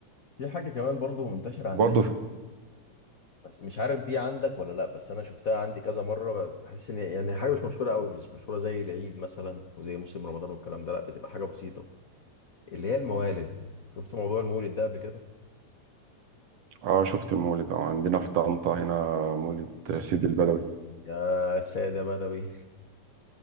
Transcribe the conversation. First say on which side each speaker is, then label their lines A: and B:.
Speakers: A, on the left; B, on the right.
A: في حاجه كمان برضو منتشره عندنا
B: وبرضه في...
A: بس مش عارف دي عندك ولا لا بس انا شفتها عندي كذا مره بحس ان يعني حاجه مش مشهوره قوي مش مشهوره زي العيد مثلا وزي موسم رمضان والكلام ده لا بتبقى حاجه بسيطه اللي هي الموالد شفت موضوع المولد ده قبل كده
B: اه شفت المولد اه عندنا في طنطا هنا مولد سيدي البدوي
A: يا سادة بدوي